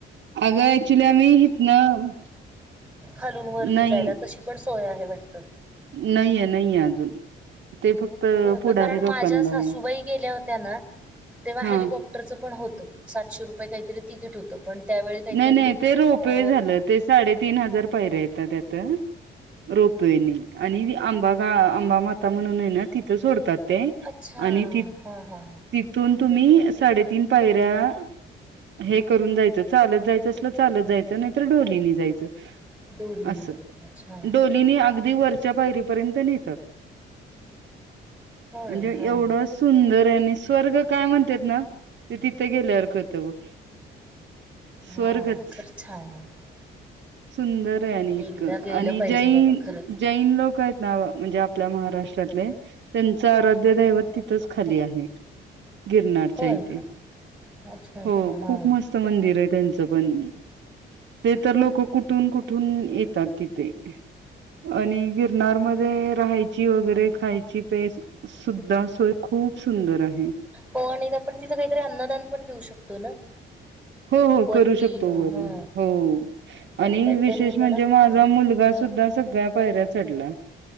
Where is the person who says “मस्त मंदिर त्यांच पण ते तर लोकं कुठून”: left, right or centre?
Right